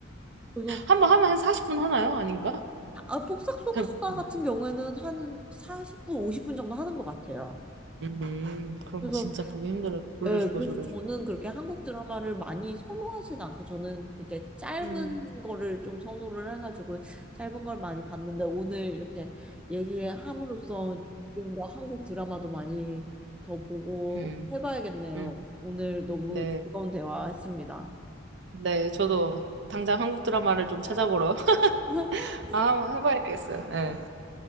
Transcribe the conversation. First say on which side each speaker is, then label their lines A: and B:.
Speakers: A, in the centre; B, on the right.
A: 그래서,
B: 한번 하면 한 40분 하나요? 아닌가?
A: 아, 폭삭 속았수다
B: 잘 모르겠네요.
A: 같은 경우에는 한 40분, 50분 정도 하는 것 같아요.
B: 음, 그럼
A: 그래서
B: 진짜 보기 힘들어요. 돌려주고
A: 예, 그래서
B: 돌려주고.
A: 저는 그렇게 한국 드라마를 많이 선호하진 않고 저는 이렇게 짧은
B: 음.
A: 거를 좀 선호를 해가지고 짧은 걸 많이 봤는데 오늘 이렇게 얘기함으로써 좀 더 한국 드라마도 많이 더 보고
B: 음.
A: 해봐야겠네요.
B: 음.
A: 오늘 너무
B: 네.
A: 즐거운 대화했습니다.
B: 네, 저도 당장 한국 드라마를 좀 찾아보러 <laughs>
A: <laughs>
B: 아, 한번 해봐야 되겠어요. 예.